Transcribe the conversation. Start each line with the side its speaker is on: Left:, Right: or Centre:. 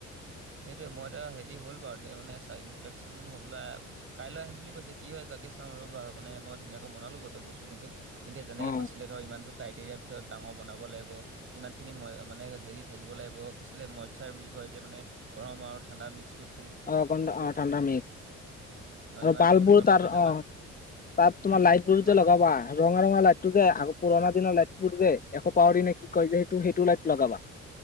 Right: সেইটোৱে মই এতিয়া হেৰি হ'ল বাৰু, তে মানে চাই ইনসপেকশচন হবলৈ কাইলৈ আহিম বুলি কৈছে, কি হয় তাকে চাওঁ ৰ'বা মানে মই ধুনীয়াকৈ বনালোঁ গোটেই বস্তুখিনি এতিয়া যেনেকে
Left: অ
Right: কৈছিলে ধৰক, ইমানটো ক্ৰাইটেৰিয়াৰ ভিতৰত ডাঙৰ বনাব লাগিব ইমান খিনি মই মানে হেৰি থাকিব লাগিব, কৈছিলে মইচাৰ বুলি কয় যে মানে গৰম আৰু ঠাণ্ডা মিক্সটোত
Left: অ', গৰম, অ', ঠাণ্ডা আৰু
Right: অ ইমানটো
Left: বাল
Right: অনুপাতত
Left: বোৰ তাৰ
Right: মানে
Left: অ',
Right: মাত
Left: তাৰ তোমাৰ লাইট বোৰ
Right: ইমান
Left: যে লগাবা। ৰঙা ৰঙা লাইট টো যে, আগৰ পুৰণা দিনৰ লাইট বোৰ যে, এশ পাৰৰ দিনা কি কয় যে সেইটো সেইটো লাইট লগাবা।